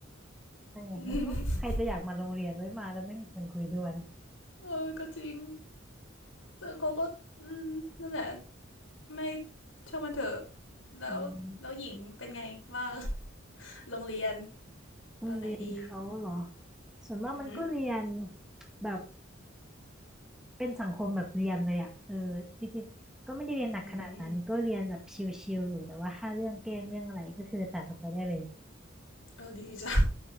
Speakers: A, in the centre; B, on the left.
A: มันไงมันก็ใครจะอยากมาโรงเรียนไว้มาแล้วไม่มีคนคุยด้วย
B: <laughs> เออก็จริงแต่เขาก็อืมนั่นแหละไม่ช่างมันเถอะแล้วแล้วหญิงเป็นไงว่า
A: อืม
B: โรงเรียน
A: โรงเรียนเขาเหรอ
B: ตอนไหนดี
A: ส่วนมากมันก็เรียน
B: อือหือ
A: แบบเป็นสังคมแบบเรียนเลยอะเออจริงๆก็ไม่ได้เรียนหนักขนาดนั้นก็เรียนแบบชิลๆอยู่แต่ว่าถ้าเรื่องแกล้งเรื่องอะไรก็คือตัดออกไปได้เลย
B: อืมเออดีจ้ะ